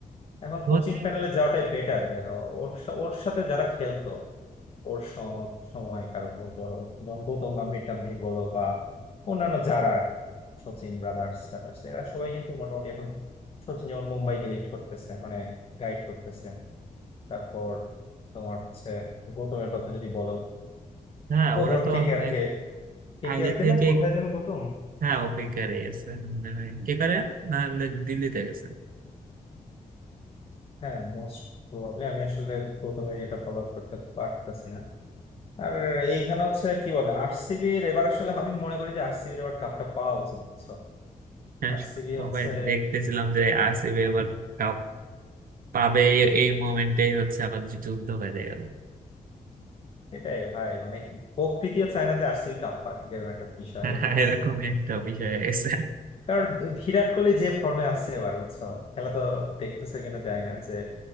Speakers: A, on the left (about 40°); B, on the right (about 80°).
A: এখন
B: ধোনি
A: কোচিং প্যানেলে যাওয়াটাই বেটার দেখো ওর সা- ওর সাথে যারা খেলতো ওর স- সময় কারো বলো গৌতম মিড টার্ম ভিড় বলো বা অন্যান্য যারা আর কি, সচিন ব্রাদার্স টাদার্স এরা সবাই কিন্তু মোটামুটি এখন সচিন যেমন মুম্বাইকে লিড করতেছে মানে গাইড করতেছে তারপর তোমার হচ্ছে গৌতমের কথা যদি বলো
B: হ্যাঁ
A: ও
B: ওরা
A: ধরো
B: তো
A: কে
B: অনেক
A: কে আর কে কে
B: আগে
A: কে আর কে
B: থেকে
A: না কোথায় যেন গৌতম
B: হ্যাঁ ওপিকারে গেছে মনে হয় কে করে নাহলে দিল্লিতে গেছে
A: হ্যাঁ মোস্ট প্রবাবলি আমি আসলে গৌতমের ইয়েটা ফলো আপ করতে পারতেছি না আর এইখানে হচ্ছে কি বলে আরসিবি এর এবার আসলে আমি মনে করি যে আরসিবি এবার কাপটা পাওয়া উচিত বুঝছো
B: হ্যাঁ
A: আরসিবি
B: সবাই
A: হচ্ছে
B: দেখতেছিলাম যে আরসিবি এবার কাপ পাবে এই মোমেন্টেই হচ্ছে আবার যুদ্ধ বেঁধে গেল
A: এটাই ভাই মানে কি প্রকৃতিও চায় না যে আরসিবি কাপ পাক এরকম একটা বিষয়
B: হ্যাঁ,
A: হয়ে গেছে
B: এরকমই একটা বিষয় হয়ে গেছে
A: কারণ বিরাট কোহলি যে ফর্মে আছে এবার বুঝছো খেলা তো দেখতেছে কিনা যায় না যে